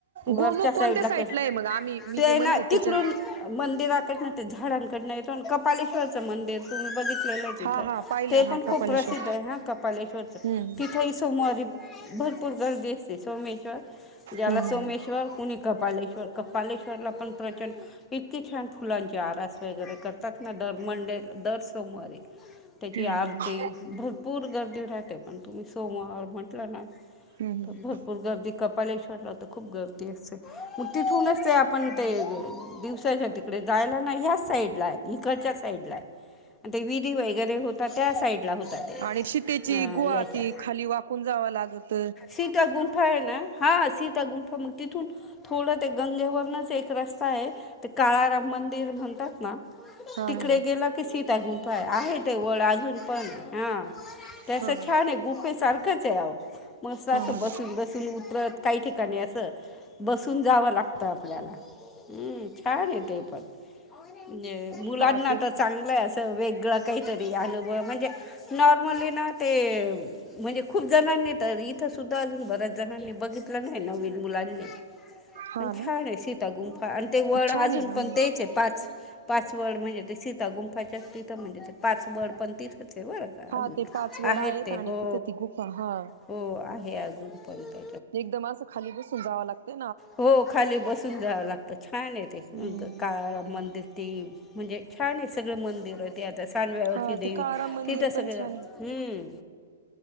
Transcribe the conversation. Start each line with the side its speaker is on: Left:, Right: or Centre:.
Left: वरच्या
Right: गोमुख
Left: साईडला
Right: कोणत्या
Left: क
Right: आहे मग आम्ही मी
Left: ते
Right: जे म्हणते
Left: ना तिकडून
Right: त्याच्या
Left: मंदिराकडना झाडांकड नाही कपालेश्वरचं मंदिर तुम्ही बघितलेलंच इथं
Right: हा हा पाहिलं
Left: ते
Right: हा
Left: पण
Right: कपालेश्वर
Left: खूप प्रसिद्ध आहे हा कपालेश्वर
Right: हम्म
Left: तिथेही सोमवारी भरपूर गर्दी असते सोमेश्वर ज्याला
Right: हम्म हम्म
Left: सोमेश्वर कुणी कपालेश्वर कपालेश्वरला पण प्रचंड इतकी छान फुलांची आरास वगैरे करतात ना दर मंडे दर सोमवारी त्याची
Right: हम्म
Left: आरती
Right: हम्म
Left: भरपूर गर्दी राहते पण तुम्ही सोमवार म्हटलं ना
Right: हम्म हम्म
Left: भरपूर गर्दी कपालेश्वरला तर खूप गर्दी असते मग तिथूनचते आपण दिवसाच्या तिकडे जायला ना ह्याच साईड ला आहे इकडच्या साईड ला आहे आणि ते विधी वगैरे होता त्या साईडला होता ते
Right: आणि शीतेची गुहा
Left: याच्या
Right: ती खाली वाकून जा कवालागत
Left: सीता गुंफा आहे ना हां सीता गुंफा मग तिथून थोडं ते गंगेवरूनच एक रस्ता आहे काळाराम मंदिर म्हणतात ना
Right: हा
Left: तिकडे
Right: हा
Left: गेलं की सीता आहे गुंपाय आहे तेवळ पण हा
Right: हा
Left: तस
Right: हा
Left: छान आहे गुफे सारखंच आहे मस्त असं
Right: हा हा
Left: बसून बसून उतरत काही ठिकाणी असं बसून जावं लागत आपल्याला. हम्म छान य ते पण. म्हणजे मुलांना
Right: हा ते
Left: तर चांगलं आहे असं वेगळं काहीतरी अनुभव म्हणजे नॉर्मली ना. ते म्हणजे खूप जणांनी तर इथं सुद्धा अजून बऱ्याच जणांनी. बघितलं न्ही नवीन मुलांनी.
Right: हा
Left: पण
Right: ना
Left: छानये सीता गुंफा आणि ते वड
Right: छान
Left: अजून
Right: आहे आम्ही
Left: पण तेचय पाच. पाचवड म्हणजे ते सीतागुंफाच्या तिथं म्हणजे ते पाचवड पण तिथं. ते बरं का
Right: हा ते पाच वड
Left: आहेत ते
Right: आणि
Left: हो
Right: तिथे ती गुफा हा
Left: हो आहे. हे अजून प
Right: एकदम असं खाली बसून जावं लागतं.
Left: हो खाली बसून जावं लागतं छानये ते
Right: हम्म
Left: काळाराम मंदिर ते म्हणजे छान एक सगळ मंदिर ते आता खांडव्यावरची
Right: हा ती
Left: देवी
Right: काळाराम मंदिर
Left: तिथे सगळे
Right: पण छान
Left: ज
Right: आहे
Left: हम्म.